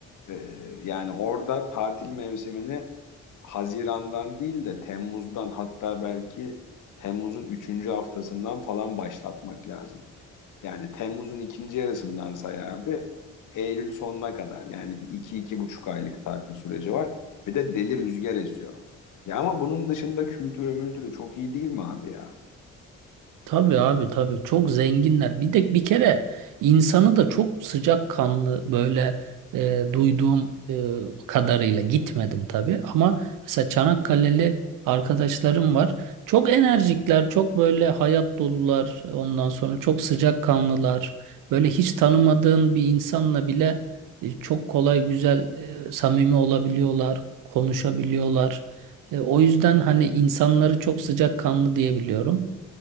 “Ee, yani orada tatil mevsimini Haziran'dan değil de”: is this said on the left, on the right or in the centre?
Left